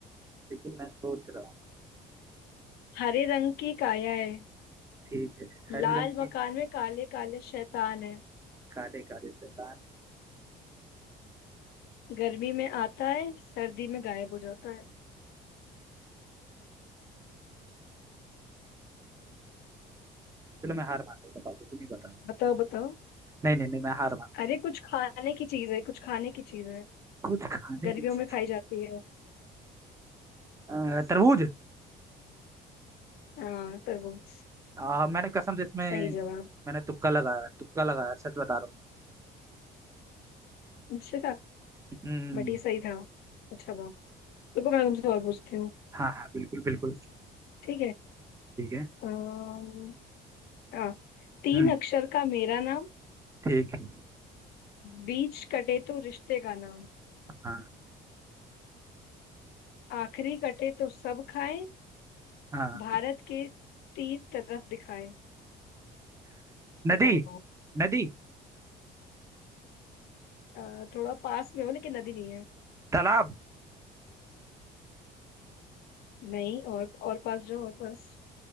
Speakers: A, on the right; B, on the left.
A: लेकिन मैं सोच रहा हूँ
B: हरे रंग की काया है
A: ठीक है
B: लाल
A: हरी रंग की
B: मकान में काले काले शैतान है
A: काले काले शैतान है
B: गर्मी में आता है सर्दी में गायब हो जाता है
A: चलो मैं हार मानता हूँ बता दो तुम ही बता दो
B: बताओ बताओ
A: नहीं नहीं नहीं मैं हार मानता
B: अरे कुछ खाने की चीज है कुछ खाने की चीज है
A: हूँ कुछ खाने
B: गर्मियों
A: की चीज
B: में खाई जाती है
A: है। अ, तरबूज
B: हाँ तरबूज
A: आ, मैंने कसम से इसमें
B: सही जवाब
A: मैंने तुक्का लगाया तुक्का लगाया सच बता रहा हूँ
B: अच्छा
A: हम्म
B: बट ये सही था अच्छा वाह देखो मैं तुमसे और पूछती हूँ
A: हाँ हाँ बिल्कुल बिल्कुल
B: ठीक है
A: ठीक है
B: अम्म, हाँ तीन
A: हम्म
B: अक्षर का मेरा नाम
A: ठीक है
B: बीच कटे तो रिश्ते का नाम
A: हाँ
B: आखिरी कटे तो सब खाएं
A: हाँ
B: भारत के तीन तरफ दिखाएं
A: नदी
B: बताओ
A: नदी
B: अ, थोड़ा पास में हो लेकिन नदी नहीं है
A: तालाब
B: नहीं और और पास जाओ और पास